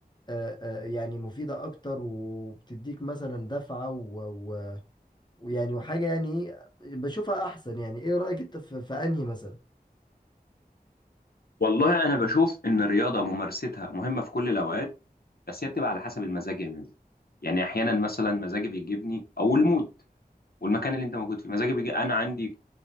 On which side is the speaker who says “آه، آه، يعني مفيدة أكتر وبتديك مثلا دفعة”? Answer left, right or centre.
Left